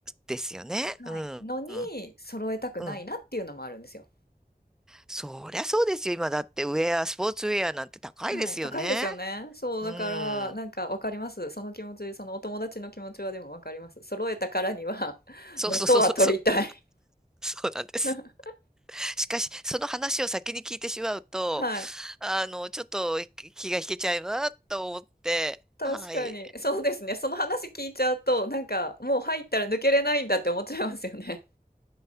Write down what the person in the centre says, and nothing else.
ですよね。
うん。
うん。
うん。そりゃそうですよ。今だってウェア、スポーツウェアなんて高いですよね。
うん。
そうそうそうそうそう。
そうなんです。
しかし、その話を先に聞いてしまうと、
あの、ちょっと気が引けちゃいなと思って、
はい。